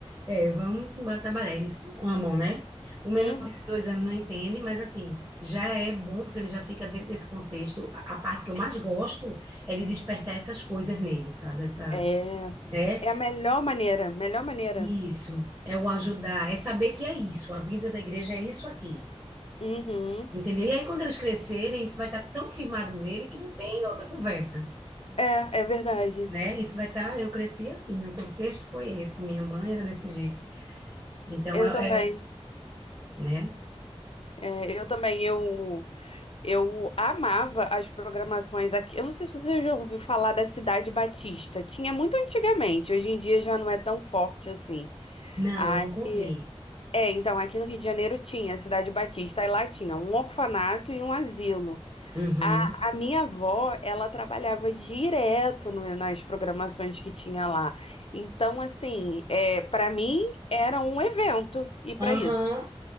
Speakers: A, on the right (about 25°); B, on the left (about 60°).
A: É, vamos embora trabalhar. Eles amam, né? O menorzinho
B: Uhum.
A: de dois anos não entende, mas assim, já é bom porque ele já fica dentro desse contexto. A, a parte que eu mais gosto é de despertar essas coisas nele, sabe? Essa,
B: É,
A: né?
B: é a melhor maneira, melhor maneira.
A: Isso, é o ajudar, é saber que é isso, a vida da igreja é isso aqui,
B: Uhum.
A: entendeu? E aí quando eles crescerem, isso vai estar tão firmado nele que não tem outra conversa,
B: É, é verdade.
A: né? Isso vai estar, eu cresci assim, meu contexto foi esse, com minha mãe era desse jeito. Então,
B: Eu
A: é,
B: também.
A: é, né?
B: É, eu também. Eu, eu amava as programações aqui. Eu não sei se você já ouviu falar da Cidade Batista. Tinha muito antigamente. Hoje em dia já não é tão forte assim.
A: Não,
B: Aí,
A: nunca ouvi.
B: é, então aqui no Rio de Janeiro tinha a Cidade Batista. Aí lá tinha um orfanato e um asilo.
A: Uhum.
B: A, a minha avó, ela trabalhava direto no- nas programações que tinha lá. Então, assim, é, para mim era um evento ir para
A: Aham,
B: isso,